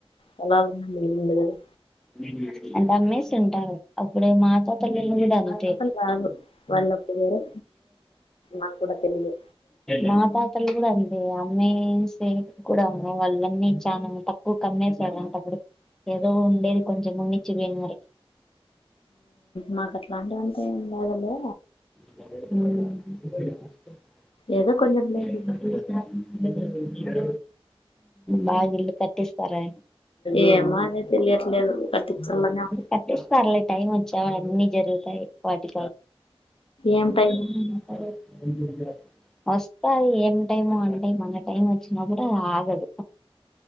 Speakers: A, on the left; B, in the centre.
A: పొలాలన్నా లేదుండు కదా
B: <unintelligible> అంటే అమ్మస్ ఉంటరు అప్పుడేం మాట్లాడత అంతే
A: అసలు రాదు వాళ్ళకు వేరే నాకు కూడా తెలిదు
B: మా తాతలు కూడా అంతే అమ్మేసే కూడా ఉన్నాయి వాళ్ళన్నీ చాలా తక్కువకు అమ్మేశారంట అప్పుడూ ఏదో ఉండేది కొంచెం ఉన్ని ఇచ్చిపోయినారు
A: మాకు అట్లాంటి అంతే ఏం లేదులే
B: ఉ
A: ఏదో
B: <unintelligible>
A: కొంచెం లేదు
B: బాగా ఇల్లు కట్టిస్తారా
A: ఏమో అదే తెలియట్లేదు కట్టించాలనే
B: కట్టిస్తార్లే టైం వచ్చ అన్ని జరుగుతాయి వాటి
A: ఏం
B: ఉంటాయా
A: టైం
B: వస్తది ఏం టైము అంటే మన టైం వ చిన్నపుడు ఆగదు